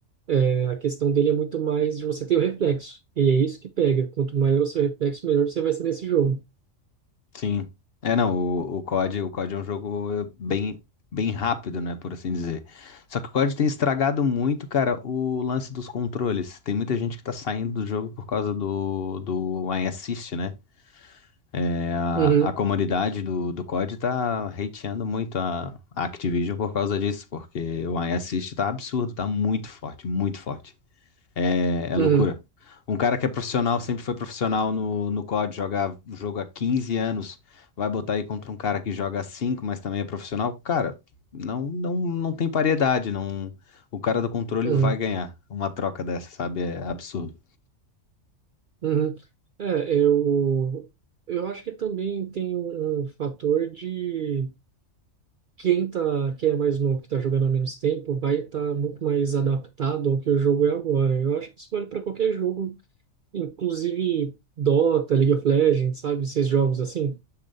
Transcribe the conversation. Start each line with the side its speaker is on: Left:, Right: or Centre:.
Right: é, a questão dele é muito mais de você ter o reflexo, e é isso que pega. Quanto maior o seu reflexo, melhor você vai ser nesse jogo.
Left: Sim. É, não, o, o COD, o COD é um jogo eh, bem, bem rápido, né, por assim dizer. Só que o COD tem estragado muito, cara, o lance dos controles. Tem muita gente que tá saindo do jogo por causa do, do iAssist, né? É, a,
Right: Uhum,
Left: a comunidade do, do COD tá hateando muito a, a Activision por causa disso, porque o iAssist tá absurdo, tá muito forte, muito forte. É, é
Right: uhum,
Left: loucura. Um cara que é profissional, sempre foi profissional no, no COD, joga o jogo há 15 anos, vai botar aí contra um cara que joga há 5, mas também é profissional. Cara, não, não, não tem paridade, não. O cara do controle
Right: uhum.
Left: vai ganhar uma troca dessa, sabe? É absurdo.
Right: Uhum. É, eu, eu acho que também tem um, um fator de quem tá, quem é mais novo, que tá jogando há menos tempo, vai estar muito mais adaptado ao que o jogo é agora. Eu acho que isso vale para qualquer jogo, inclusive Dota, League of Legends, sabe? Esses jogos assim.